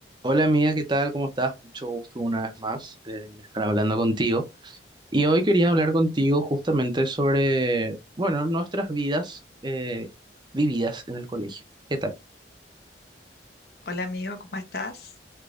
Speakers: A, on the right; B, on the left.
A: Hola amiga, ¿qué tal? ¿Cómo estás? Mucho gusto una vez más eh, en estar hablando contigo. Y hoy quería hablar contigo justamente sobre, bueno, nuestras vidas eh, vividas en el colegio. ¿Qué tal?
B: Hola amigo, ¿cómo estás?